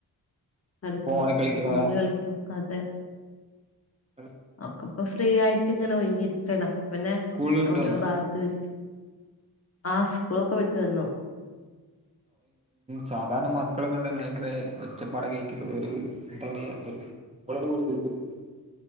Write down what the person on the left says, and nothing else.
കളിക്കണം
ഫോണില് കളിക്കണം അതെ
ഒക്കെ ഇപ്പൊ ഫ്രീ ആയിട്ട് ഇങ്ങനെ ഒഴിഞ്ഞിരിക്കണ് അപ്പൊ പിന്നെ
ഓരോ
ഭാഗത്തുംരിക്ക ആഹ് സ്കൂളൊക്കെ വിട്ട് വന്നു